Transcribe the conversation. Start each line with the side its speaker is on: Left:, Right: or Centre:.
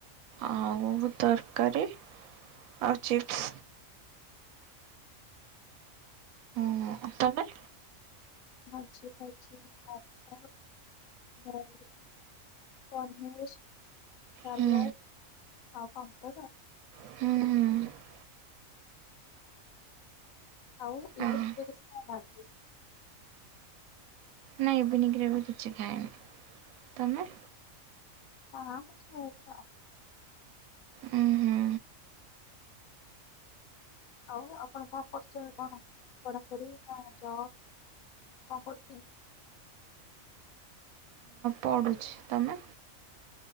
Right: ଆ ଆଉ ତରକାରୀ। ଆଉ ଚିପ୍ସ। ହଁ ତମେ।
Left: ମୁଁ ଆଜି ଖାଇଛି ଭାତ ଡାଲି ପନିର ସାଲାଟ
Right: ହୁଁ
Left: ଆଉ ପାମ୍ପଡ।
Right: ହୁଁ।
Left: ଆଉ
Right: ହଁ।
Left: ଇଜେନିଙ୍ଗ ରେ <unintelligible> କଣ ଭାରୁଚି
Right: ନାଇଁ ଇଭିନିଙ୍ଗରେ ବି କିଛି ଖାଏନି ତମେ।
Left: ହଁ ମୁଁ ଖାଇଲି ଆଉ।
Right: ଉଁ ହୁଁ
Left: ଆଉ ଆପଣ କଣ କରୁଚ କଣ? ପଢା ପଡି ନା ଜବ। କଣ କରୁଥିନି।
Right: ପଢୁଛି ତମେ।